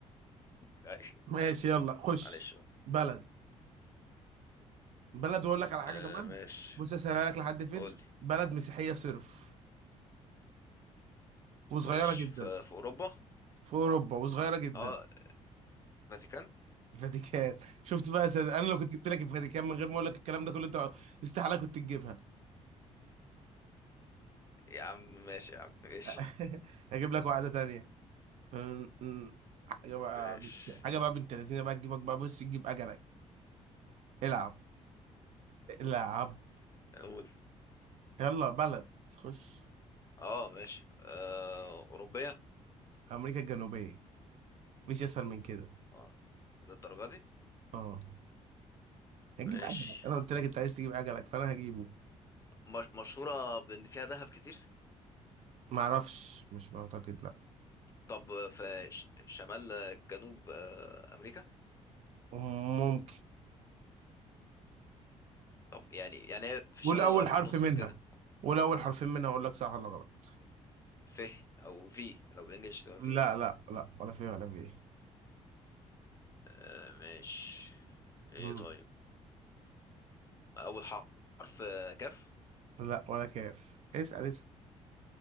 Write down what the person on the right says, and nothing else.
ماشي يلا خش
بلد بلد واقول لك على حاجه
كمان
بص اسهلها لك لحد فين
بلد مسيحيه صرف وصغيره
جدا
في اوروبا وصغيره جدا
الفاتيكان شفت بقى يا سيد؟ انا لو كنت جبت لك الفاتيكان من غير ما اقول لك الكلام ده كله انت استحاله كنت تجيبها
<laughs> اجيب لك واحده تانية أم- أم. حاجه بقى
حاجه بقى بنت لذينه بقى تجيبك بقى بص تجيب اجلك العب العب
يلا بلد خش
امريكا الجنوبيه مفيش اسهل من كده
اه هتجيب
اجلك انا قلت لك انت عايز تجيب اجلك فانا هجيبه
معرفش مش معتقد لا
ممكن
قول اول
حرف
منها
قول اول حرفين منها اقول لك صح ولا غلط
لا لا لا ولا فيه ولا فيه
مم.
لا ولا كاف اسال اسال